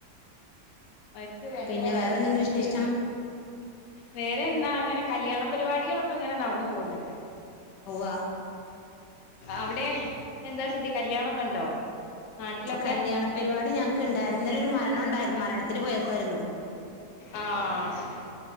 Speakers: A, on the left (about 60°); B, on the left (about 85°).
A: അവർക്ക് ഭയങ്കര
B: പിന്നെ
A: കാര്യ
B: വേറെന്തുണ്ട്
A: പഴം
B: വിശേഷം
A: പൊരി. വേറെ എന്താ അങ്ങനെ കല്യാണ പരിപാടികളൊക്കെ അങ്ങനെ നടന്നു പോകുന്നുണ്ട്.
B: ഉവ്വ.
A: അവിടെ എന്താ സ്ഥിതി കല്യാണൊക്കെ ഉണ്ടോ നാട്ടിലൊക്കെ
B: കല്യാണ. പരിപാടി ഞങ്ങക്ക് ഉണ്ടായിരുന്ന. ഇന്നലെ ഒരു മരണം ഉണ്ടായിരുന്നു. മരണത്തിന് പോയേക്കായിരുന്നു.
A: ആഹ അത് ശെരി